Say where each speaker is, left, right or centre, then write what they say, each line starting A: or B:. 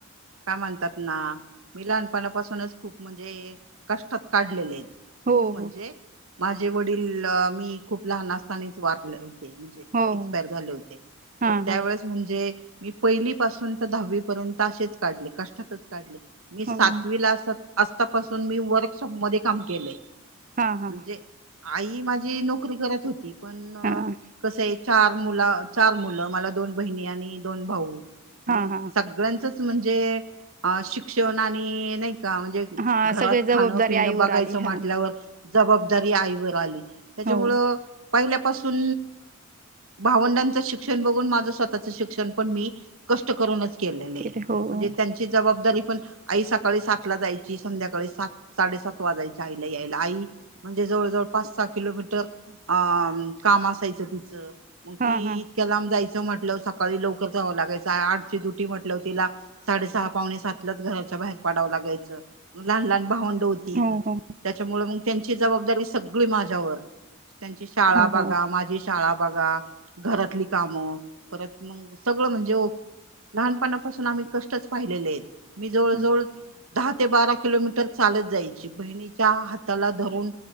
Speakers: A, on the right; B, on the right.
A: काय म्हणतात. ना... मी लहानपणापासूनच खूप म्हणजे कष्टात काढलेले आहेत... खूप
B: हो
A: म्हणजे
B: हो
A: माझे वडील मी खूप लहान असतानीच वारले होते. म्हणजे...
B: हो
A: एक्सपायर
B: हो
A: झाले होते.
B: हां
A: तर त्यावेळेस....
B: हां
A: म्हणजे मी पहिली पासून तर दहावी पर्यंत असेच काढले कष्टातच काढले.... मी सातवीला
B: हो
A: असतापासून मी वर्कशॉप मध्ये काम केलंय
B: हां हां
A: म्हणजे... आई माझी नोकरी करत होती पण
B: हां
A: कस... चार मुला चार मुलं मला दोन बहिणी आणि दोन भाऊ मग
B: हां हां
A: सगळ्यांच... म्हणजे शिक्षण आणि नाही का म्हणजे...
B: हां
A: घरात
B: सगळी
A: खाणं
B: जबाबदारी
A: पिणं
B: आईवर
A: बघायचं
B: आली
A: म्हटल्यावर...
B: हा
A: जबाबदारी आईवर आली त्याच्यामुळं
B: हो
A: पहिल्यापासून... भावंडांचं शिक्षण बघून माझं स्वतःच शिक्षण पण मी कष्ट करूनच...
B: केले हो
A: म्हणजे
B: हो
A: त्यांची जबाबदारी पण आई सकाळी सातला जायची संध्याकाळी सात... साडेसात वाजायच्या आईला यायला आई म्हणजे जवळ जवळ पाच सहा किलोमीटर... अ काम असायचं तिचं मग ती....
B: हां हां
A: त्याला जायचं म्हटलं सकाळी लवकर जावं लागायच आठची ड्युटी म्हटलं तिला... साडेसहा पावणे सातलाच घराच्या बाहेर पाडां लागायचं लहान लहान भावड...
B: हो हो
A: त्याच्यामुळे म त्यांची जबाबदारी सगळी माझ्यावर... त्यांची शाळा
B: हो
A: बघा
B: हो
A: माझी... शाळा बघा घरातली काम परत मग सगळं म्हणजे... लहानपणापासून आम्ही कष्टच पाहिलेले आहेत मी जवळ जवळ
B: हो
A: दहा ते बारा किलोमीटर चालत जायची बहिणीच्या हाताला धरून